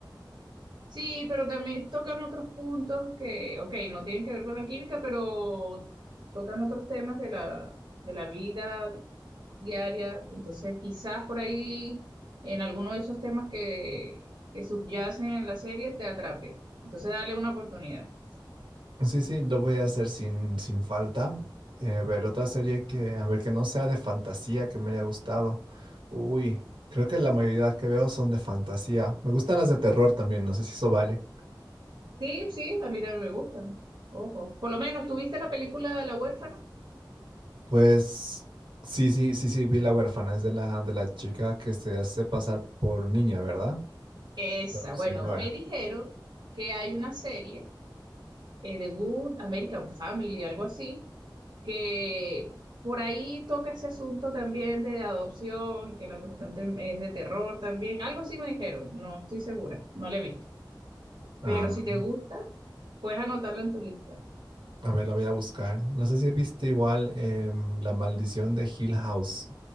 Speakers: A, on the right; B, on the right.
A: Sí, pero también tocan otros puntos que, ok, no tienen que ver con la química, pero tocan otros temas de la, de la vida diaria. Entonces, quizás por ahí, en alguno de esos temas que, que subyacen en la serie, te atrape. Entonces, dale una oportunidad.
B: Sí, sí, lo voy a hacer sin, sin falta. Eh, a ver, otra serie que, a ver, que no sea de fantasía, que me haya gustado. Uy, creo que la mayoría que veo son de fantasía. Me gustan las de terror también, no sé si eso vale.
A: Sí, sí, a mí también me gustan. Ojo. Por lo menos, ¿tuviste la película La huérfana?
B: Pues sí, sí, sí, sí, vi La huérfana, es de la, de la chica que se hace pasar por niña, ¿verdad?
A: Esa,
B: Bueno, señora.
A: bueno, me dijeron que hay una serie. eh, The Good American Family, algo así, que por ahí toca ese asunto también de adopción, que la cuestión tem- es de terror también, algo así me dijeron, no estoy segura, no lo he visto,
B: Ah,
A: pero si te gusta, puedes anotarlo en tu lista.
B: a ver, la voy a buscar. No sé si viste igual em, La maldición de Hill House.